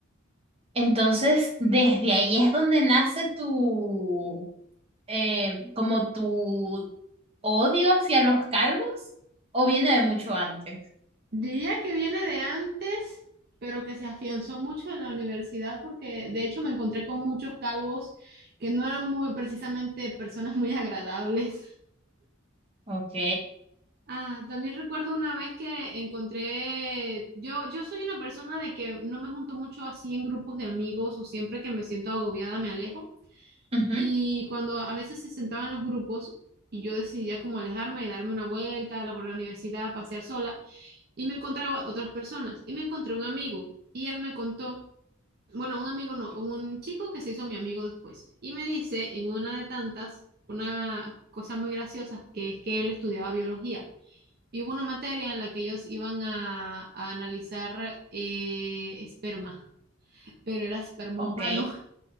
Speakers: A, on the right; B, on the right.
A: Entonces, desde ahí es donde nace tu, eh, como tu odio hacia los calvos o viene de mucho antes?
B: Diría que viene de antes, pero que se afianzó mucho en la universidad porque de hecho me encontré con muchos calvos que no eran muy, precisamente personas muy <laughs> agradables.
A: Ok,
B: Ah, también recuerdo una vez que encontré, yo, yo soy una persona de que no me junto mucho así en grupos de amigos o siempre que me siento agobiada me alejo.
A: ujú,
B: Y cuando a veces se sentaban los grupos y yo decidía como alejarme y darme una vuelta por la universidad, pasear sola. y me encontraba otras personas y me encontré un amigo y él me contó, bueno, un amigo no, un chico que se hizo mi amigo después y me dice en una de tantas una cosa muy graciosa que es que él estudiaba biología y hubo una materia en la que ellos iban a, a analizar eh, esperma, pero era esperma
A: ok.
B: humano.